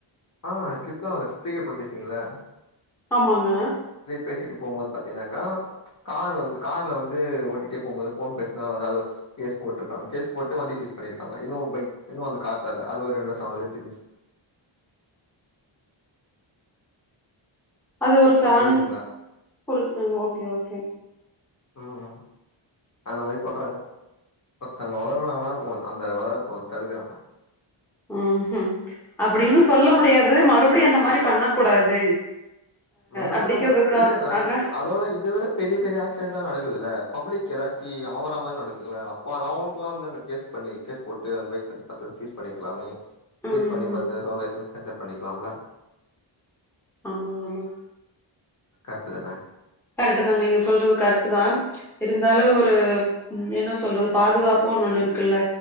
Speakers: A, on the left (about 35°); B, in the centre.
A: ஆ ஸ்லிப் அவல ஸ்பீக்கர் போட் பேசுவிங்கள
B: ஆமாங்க
A: பேசிட்டு போம்போது பாத்தீங்னாக்கா கார் வந்து கார்ல வந்து ஓட்டிட்டே போம் போது ஃபோன் பேசுனா எதாது ஒரு கேஸ் போட்ருக்காங்க கேஸ் போட்டு வண்டி சீஸ் பண்ணிருக்காங்க இன்னு பைக் இன்னு அந்த கார் தர்ல அது ஒரு ரெண்டு வருஷ ஆவுது எனக் தெரிஞ்சு
B: அது ஒரு
A: இது
B: செவேந்த்
A: புரியுதுங்களா
B: ஒரு ஓகே ஓகே
A: ம் அந்த மாரி பண்றாங்க ஒருத்தங்க வளர்றாங்னா அந்த வளர்ப்பு வந்து தடுக்கறாங்க
B: ம் ம் அப்டின்னு சொல்ல
A: நா பண்றே
B: முடியாது மறுபடியு அந்த மாரி பண்ண கூடாது
A: மறுபடியு
B: அப்படிங்கறதுக்கா
A: அந்த இல்லங்க
B: ஆக
A: அதோட இத விட பெரிய பெரிய ஆக்சிடென்ட்லா நடக்குதுல பப்ளிக் ஏதாச்சு ஆவரா மாரி நடக்குல அப்போ அது அவங்களுக்கெல்லா அந்து அந்த கேஸ் பண்ணி கேஸ் போட்டு அந்த பைக் வந்து பத்து சீஸ் பண்ணியிருக்கலாமே சீஸ்
B: ம்
A: பண்ணி பத்து வருஷோ லைசன்ஸ் கேன்சல் பண்ணியிருக்கலாம்ல
B: ஆமா
A: கரட்டுத்தான
B: கரெட்டு தாங் நீங்க சொல்றது கரெட்டு தா இருந்தாலு ஒரு ம் என்ன சொல்றது பாதுகாப்பு ஒன்னு ஒண்ணு இருக்குல